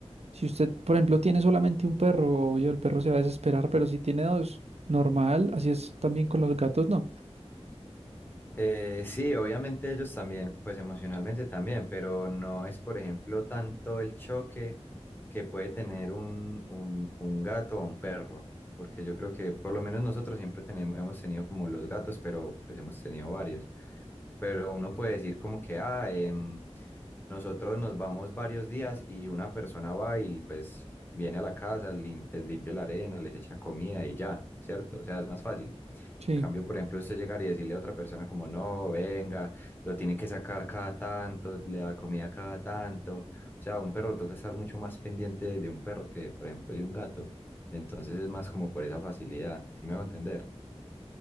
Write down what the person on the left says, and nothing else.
Eh, sí, obviamente ellos también, pues emocionalmente también, pero no es, por ejemplo, tanto el choque que puede tener un, un, un gato o un perro, porque yo creo que por lo menos nosotros siempre tenemos, hemos tenido como los gatos, pero pues hemos tenido varios, pero uno puede decir como que, ah, em, nosotros nos vamos varios días y una persona va y pues viene a la casa, lim- les limpia la arena, les echa comida y ya, ¿cierto? O sea, es más fácil.
Cambio, por ejemplo, usted llegar y decirle a otra persona como, no, venga, lo tiene que sacar cada tanto, le da comida cada tanto. O sea, un perro toca estar mucho más pendiente de un perro que, por ejemplo, de un gato. Entonces es más como por esa facilidad, ¿sí me hago entender?